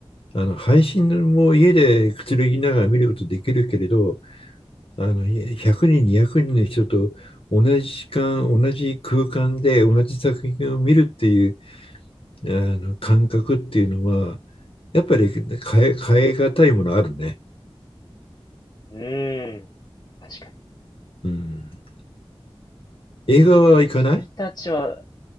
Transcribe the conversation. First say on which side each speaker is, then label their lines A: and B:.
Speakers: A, on the left; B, on the left.
A: あの、配信も家でくつろぎながら見ることできるけれど、あの、100人、200人の人と同じ時間、同じ空間で同じ作品を見るっていう、あの、感覚っていうのは、やっぱり変え、変え難いものあるね。
B: も。うーん。確かに、
A: うん。
B: 確かに。
A: 映画は行かない
B: 君たちは、